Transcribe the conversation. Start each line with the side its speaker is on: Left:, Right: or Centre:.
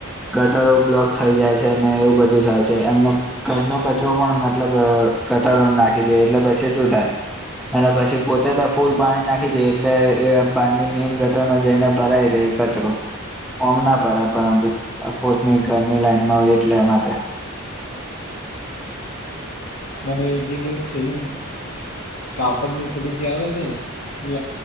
Centre: ગટરો બ્લોક થઈ જાય છે, ને એવું બધું થાય છે. એમનો ઘરનો કચરો પણ મતલબ અહ ખ ટરો માં નાખી દે એટલે પછી શું થાય? અને પછી પોતે તો ફૂલ પાણી નાખી દે એટલે એ બારની મેન ગટરમાં જઈને ભરાઈ રે એ કચરો. ઓમ ના ભરાય પરંતુ અહ પોતની ઘરની લાઈન માં હોય એટલે એ માટે
Left: અને જે બી થેલી કાપડની થેલી જે આવે છે ને